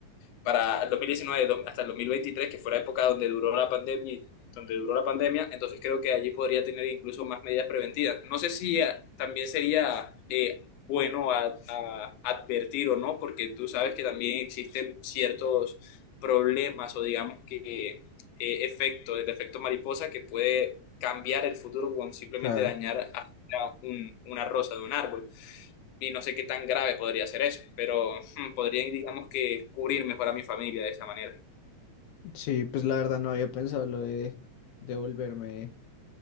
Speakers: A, on the left; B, on the left.
A: para el 2019 do- hasta el 2023, que fue la época donde duró la pandemia, donde duró la pandemia, entonces creo que allí podría tener incluso más medidas preventivas. No sé si ah, también sería eh, bueno a- a- advertir o no, porque tú sabes que también existen ciertos problemas o digamos que eh, efecto, el efecto mariposa que puede cambiar el futuro con simplemente
B: Claro,
A: dañar a- a un- una rosa de un árbol y no sé qué tan grave podría ser eso, pero hmm, podría, digamos que, cubrir mejor a mi familia de esa manera.
B: sí, pues la verdad no había pensado lo de, de volverme,